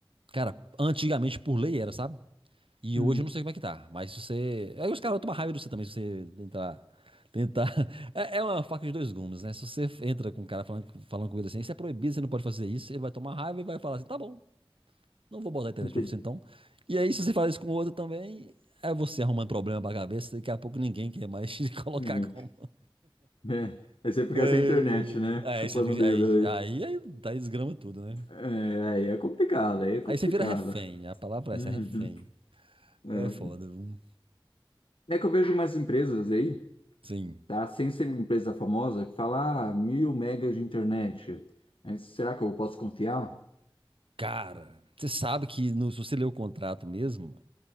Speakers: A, on the right; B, on the left.
A: Cara, antigamente por lei era, sabe? E
B: Hum,
A: hoje eu não sei como é que tá, mas se você. Aí os caras tomam raiva de você também, se você tentar. Tentar. <laughs> É é uma faca de dois gumes, né? Se você entra com um cara falando, falando com ele assim, isso é proibido, você não pode fazer isso, ele vai tomar raiva e vai falar assim: tá bom, não vou botar a internet
B: entendi.
A: pra você então. E aí, se você fala isso com o outro também, é você arrumando problema pra cabeça, daqui a pouco ninguém quer mais te <laughs> colocar
B: Ninguém-
A: como.
B: É, aí você fica
A: Que-
B: sem internet, né?
A: Aí
B: Chupando
A: você fica.
B: o dedo
A: Aí,
B: ali.
A: aí, aí dá desgrama tudo, né?
B: É, aí é complicado, aí é complicado.
A: Aí você vira refém, a palavra
B: Uhum.
A: é essa, é refém.
B: É.
A: É foda, viu?
B: É que eu vejo mais empresas aí,
A: Sim.
B: tá? Sem ser empresa famosa, que fala ah, mil megas de internet. Mas será que eu posso confiar?
A: Cara, você sabe que no- se você ler o contrato mesmo,